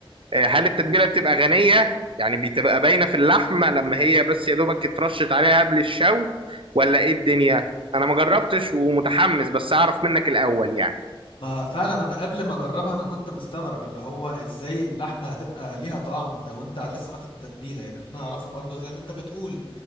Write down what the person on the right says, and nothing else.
آه، هل التتبيله بتبقى غنيه يعني بتبقى باينه في اللحمه لما هي بس يا دوبك اترشت عليها قبل الشوي ولا ايه الدنيا انا ما جربتش ومتحمس بس اعرف منك الاول يعني